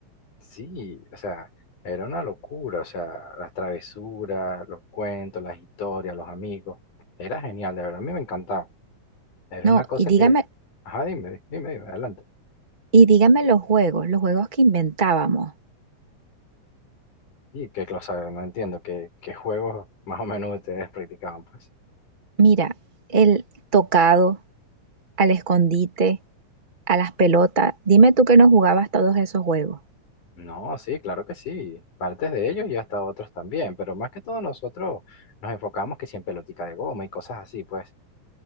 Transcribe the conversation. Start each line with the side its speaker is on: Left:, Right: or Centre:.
Left: Sí, o sea, era una locura, o sea, las travesuras, los cuentos, las historias, los amigos, era genial, de verdad, a mí me encantaba. Era
Right: No,
Left: una cosa
Right: y dígame.
Left: que, ajá, dime, dime, dime, adelante.
Right: Y dígame los juegos, los juegos que inventábamos.
Left: Y qué cosa, no entiendo, qué, qué juegos más o menos ustedes practicaban, pues.
Right: Mira, el tocado, al escondite, a las pelotas. Dime tú que no jugabas todos esos juegos.
Left: No, sí, claro que sí, partes de ellos y hasta otros también, pero más que todo nosotros nos enfocamos que si en pelotica de goma y cosas así, pues.